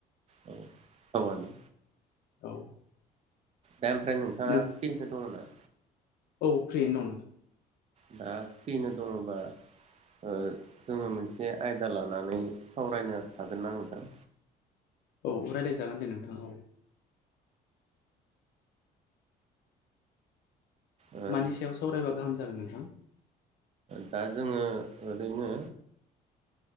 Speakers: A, on the right; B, on the left.
A: औ औआनो
B: औ
A: दा ओमफ्राय नोंथाङा
B: नों
A: फ्रिफोर दङ नामा
B: औ फ्रि नं
A: दा फ्रिनो दङबा जोङो मोनसे आयदा लानानै सावरायनो हागोन ना नोंथां
B: औ राय्लायजागोन दे नोंथां
A: ओ
B: मानि सायाव सावरायबा गाहाम जागोन नोंथां
A: दा जोङो ओरैनो